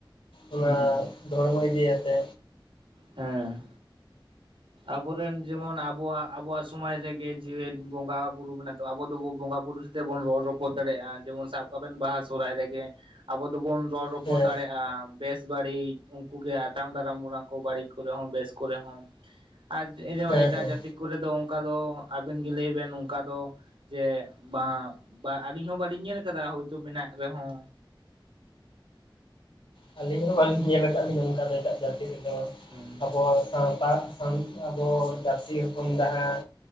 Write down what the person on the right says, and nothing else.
ᱦᱩᱸ
ᱦᱮᱸ ᱟᱵᱚᱨᱮᱱ ᱡᱮᱢᱚᱱ ᱟᱵᱚᱣᱟᱜ ᱟᱵᱚᱣᱟᱜ ᱥᱚᱢᱟᱡᱽ ᱨᱮᱜᱮ ᱡᱮᱣᱮᱫ ᱵᱚᱸᱜᱟ ᱵᱩᱨᱩ ᱢᱮᱱᱟᱜ ᱛᱚ ᱟᱵᱚ ᱫᱚᱵᱚ ᱵᱚᱸᱜᱟ ᱵᱩᱨᱩ ᱛᱮᱵᱚᱱ ᱨᱚᱲ ᱨᱚᱯᱚᱲ ᱫᱟᱲᱮᱭᱟᱜᱼᱟ ᱡᱮᱢᱚᱱ ᱥᱟᱵ ᱠᱟᱜᱵᱮᱱ ᱵᱟᱦᱟ ᱥᱚᱦᱨᱟᱭ ᱨᱮᱜᱮ ᱟᱵᱚ ᱫᱚᱵᱚᱱ ᱨᱚᱲ ᱨᱚᱯᱚᱲ
ᱫᱟᱲᱮᱭᱟᱜᱼᱟ᱾ ᱵᱮᱥ ᱵᱟᱹᱲᱤᱡᱽ ᱩᱱᱠᱩ ᱜᱮ ᱟᱛᱟᱝ ᱫᱟᱨᱟᱢ ᱵᱚᱱᱟ ᱠᱚ ᱵᱟᱹᱲᱤᱡᱽ ᱠᱚᱨᱮ ᱦᱚᱸ ᱵᱮᱥ ᱠᱚᱨᱮ ᱦᱚᱸ ᱟ ᱮ ᱡᱟᱸᱣᱟᱭ
ᱮᱴᱟᱜ
ᱡᱟᱹᱛᱤ ᱠᱚᱨᱮ ᱫᱚ ᱚᱱᱠᱟ ᱫᱚ ᱟᱵᱮᱱ ᱜᱮ ᱞᱟᱹᱭ ᱵᱮᱱ ᱚᱱᱠᱟ ᱫᱚ ᱡᱮ ᱵᱟᱝ ᱵᱟ ᱟᱹᱞᱤᱧ ᱦᱚᱸ ᱵᱟᱹᱞᱤᱧ ᱧᱮᱞ ᱠᱟᱫᱟ ᱦᱳᱭᱛᱳ ᱢᱮᱱᱟᱜ ᱨᱮᱦᱚᱸ
ᱦᱮᱸ